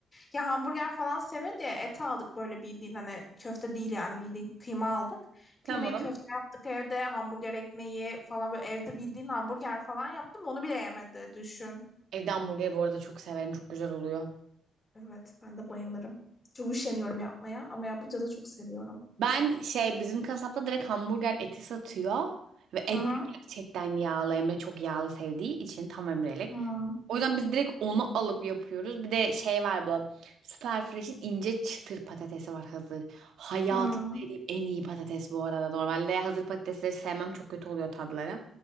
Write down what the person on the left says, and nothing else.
Ya hamburger falan seviyor diye et aldık böyle bildiğin hani köfte değil yani bildiğin kıyma aldık.
Kıymayı köfte yaptık evde. Hamburger ekmeği falan böyle evde bildiğin hamburger falan yaptım. Onu bile yemedi düşün.
Evet ben de bayılırım. Çok üşeniyorum yapmaya ama yapınca da çok seviyorum.
Hı hı.
Hı.
Hmm,